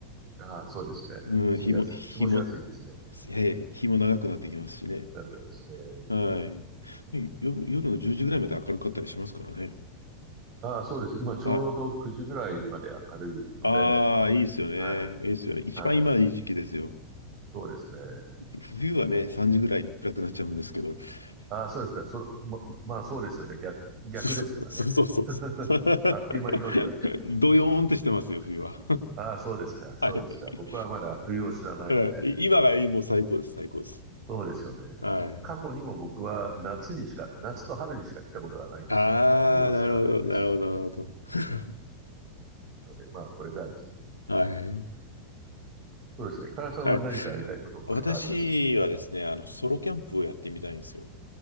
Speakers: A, on the right; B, on the left.
A: ああ、そうですね。
B: うん、
A: 住みやす、
B: 日も、日も、
A: 過ごしやすいですね。
B: えー日も長くなってきますしね。
A: なると思いますね。
B: はい。夜、夜の10時ぐらいまで明るかったりしますからね。
A: ああ、そうです。今ちょうど9時ぐらいまで明るいので、
B: はい。ああ、いいですよね。
A: はい、
B: いいですよね。一番今いい時期ですよ。
A: はい。そうですね。
B: 冬はね、3時ぐらいに暗くなっちゃうんですけど。<laughs>
A: ああ、そうですか。そ、ま、まあそうですよね。逆、逆ですからね。
B: そうそうそうそうそう。
A: <laughs> あっという間に夜になっちゃうんだろうと
B: <laughs> ドヨーンとしてますよ、
A: 思います。
B: 冬は。
A: ああ、そうですか。そうですか。
B: <laughs> はい。
A: 僕はまだ冬を知らないので、
B: うん、い今がもう最高です、最高です。
A: そうですよね。
B: はい。
A: 過去にも僕は夏にしか、夏と春にしか来たことがないんですよ。
B: ああ、
A: 冬を知らないんですよね。
B: なるほど、なるほど、なるほど。<laughs>
A: うん。ので、まあ、これからですね。
B: はい。
A: そうですか。井原さんは何かやりたいことこれからありますか
B: はい。私はですね、あの、ソロキャンプをやってみたいんですよ。